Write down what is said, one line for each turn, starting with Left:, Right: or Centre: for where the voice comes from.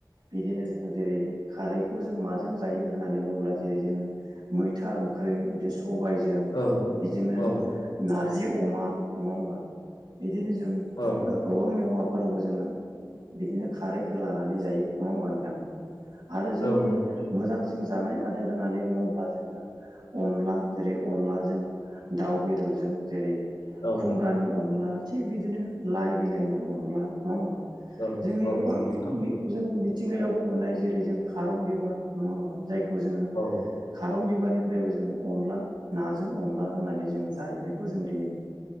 Right: बिदिनो जोङो जेरै खारैखौ जों माजों जायो होननानै बुङोब्ला जेरै जोङो मैथा ओं ओंख्रि बिदि सबायजों
Left: औ
Right: बिदिनो
Left: औ
Right: नारजि अमा नङा होमबा। बिदिनो जों
Left: औ
Right: औवा मेवा फोरावबो जोङो बिदिनो खारै होलानानै जायो नङा होमबा नोंथां। आरो जोंनि
Left: औ नंगौ नोंथां
Right: मोजांसिन जानाय आदार होननानै बुङोब्ला जोङो अनला जेरै अनलाजों दाउ बेदरजों जेरै
Left: औ
Right: खुमब्रानि अनला थिग बिदिनो लाइ बिलाइनि अनला नङा होमबा।
Left: औ
Right: जोंनि
Left: औ
Right: गोबां
Left: नंगौ नोंथां
Right: जों मि मिथिंगायावबो मोननाय जेरै जों खारं बिबार नङा होमबा जायखौ जोङो
Left: औ
Right: बिबारनिफ्रायबो जों अनला नाजों अनला होनानै जोङो जाहैनायखौ जों दिनै